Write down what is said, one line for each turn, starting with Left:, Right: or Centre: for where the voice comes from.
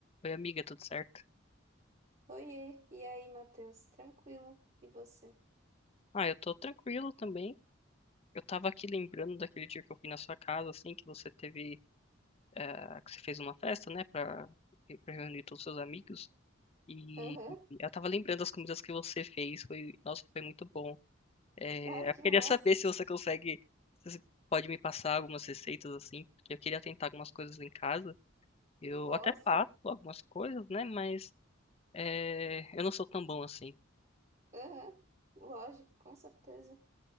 Left: Oi, amiga, tudo certo?
Right: Oiê, e aí, Matheus? Tranquilo? E você?
Left: Ah, eu tô tranquilo também. Eu tava aqui lembrando daquele dia que eu fui na sua casa, assim, que você teve, eh, que você fez uma festa, né, pra, pra reunir todos os seus amigos. E
Right: Aham.
Left: eu tava lembrando das comidas que você fez. Foi, nossa, foi muito bom.
Right: <laughs>
Left: Eh,
Right: Ai,
Left: eu
Right: que
Left: queria
Right: massa.
Left: saber se você consegue, se você pode me passar algumas receitas, assim, porque eu queria tentar algumas coisas em casa. Eu
Right: Posso?
Left: até faço algumas coisas, né, mas eh, eu não sou tão bom assim.
Right: Aham. Lógico, com certeza.